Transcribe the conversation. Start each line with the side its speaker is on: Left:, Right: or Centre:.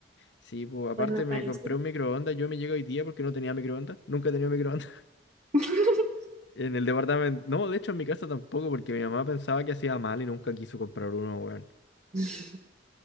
Left: Sí, pues aparte
Right: Pues me
Left: me
Right: parece.
Left: compré un microondas, yo me llego hoy día porque no tenía microondas, nunca he tenido microondas. <laughs>
Right: <laughs>
Left: En el departamento, no, de hecho en mi casa tampoco, porque mi mamá pensaba que hacía mal y nunca quiso comprar uno, weón.
Right: <laughs>